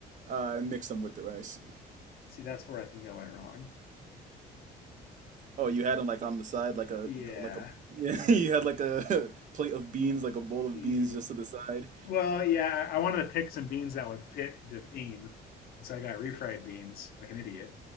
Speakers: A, on the right; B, on the left.
A: Uh, I mix them with the rice.
B: See, that's where I think I went wrong.
A: Oh, you had them like on the side, like a
B: Yeah.
A: like a <laughs> yeah. You had like a <laughs> plate of beans, like a bowl of
B: E-
A: beans, just to the side.
B: Well, yeah, I wanted to pick some beans that would fit the theme, and so I got refried beans like an idiot.